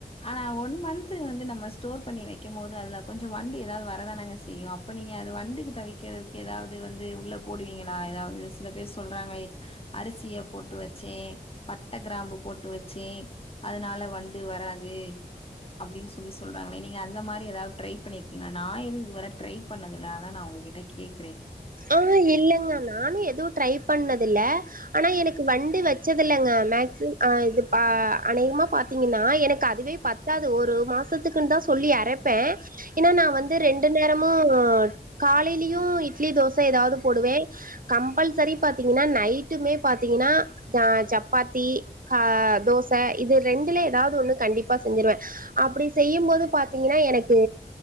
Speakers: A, on the left; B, on the right.
A: ஆனா ஒன் மந்த் வந்து நம்ம ஸ்டோர் பண்ணி வைக்கம் போது அதுல கொஞ்சோ வண்டு ஏதாவது வரதானங்க செய்யு இப்ப நீங்க அது வண்டுக்கு தவிக்கிறதுக்கு ஏதாவது வந்து உள்ள போடுவீங்களா ஏதாவது சில பேர் சொல்றாங்களே அரிசிய போட்டு வச்சே பட்ட கிராம்பு போட்டு வச்சே அதனால வண்டு வராது அப்டின்னு சொல்லி சொல்றாங்களே நீங்க அந்த மாரி ஏதாவது ட்ரை பண்ணிருக்கீங்களா நா எதுவு இது வர ட்ரை பண்ணதில்ல அதா நா ஒங்ககிட்ட கேக்குறே
B: ஆ இல்லங்க நானு எதுவு ட்ரை பண்ணது இல்ல ஆனா எனக்கு வண்டு வச்சதில்லங்க மேக்சிம் ஆ இது பா அநேகமா பாத்தீங்கன்னா எனக்கு அதுவே பத் தாது ஒரு மாசத்துக்குன்னுதா சொல்லி அரப்பே ஏனா நா வந்து ரெண்டு நேரமு காலையிலயு இட்லி தோச ஏதாவது போடுவே கம்பல்சரி பாத்தீங்கன்னா நைட்டுமே பாத்தீங்கன்னா நா சப்பாத்தி அ தோச இது ரெண்டுல ஏதாவது ஒண்ணு கண்டிப்பா செஞ்சிருவே அப்டி செய்யு போது பாத்தீங்கன்னா எனக்கு